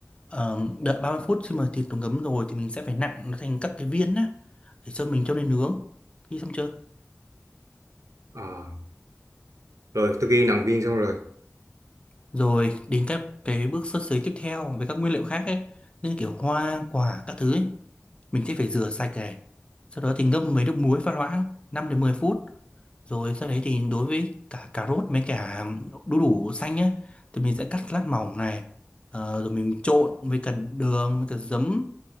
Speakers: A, on the left; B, on the right.
A: ờ, đợi 30 phút khi mà thịt nó ngấm rồi thì mình sẽ phải nặn nó thành các cái viên á để cho mình cho lên nướng khi xong chưa
B: À, rồi tôi ghi nòng viên xong rồi.
A: rồi đến các cái bước sơ chế tiếp theo với các nguyên liệu khác ấy như kiểu hoa quả các thứ ấy mình sẽ phải rửa sạch này sau đó thì ngâm với nước muối pha loãng năm đến mười phút Rồi sau đấy thì đối với cả cà rốt với cả đu đủ xanh nhé thì mình sẽ cắt lát mỏng này ờ, rồi mình trộn với cả đường với cả giấm